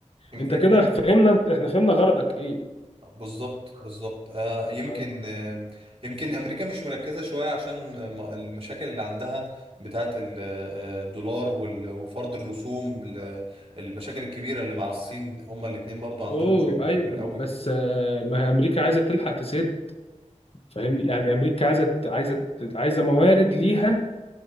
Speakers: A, on the right; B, on the left.
A: يم-
B: انت
A: يمكن
B: كده فهمنا انت- احنا فهمنا غرضك ايه
A: بالظبط بالظبط آه يمكن
B: يعني
A: آه يمكن امريكا مش مركزه شويه عشان م- المشاكل اللي عندها بتاعه ال- آه، الدولار وال- وفرض الرسوم ال- المشاكل الكبيره اللي مع الصين هما الاتنين برضو عندهم
B: اوه
A: مشاكل
B: ايوه
A: كبيره قوي
B: بس آه، ما هي امريكا عايزه تلحق تسد فاهمني يعني امريكا عايزه ت- عايزه ت- عايزه موارد ليها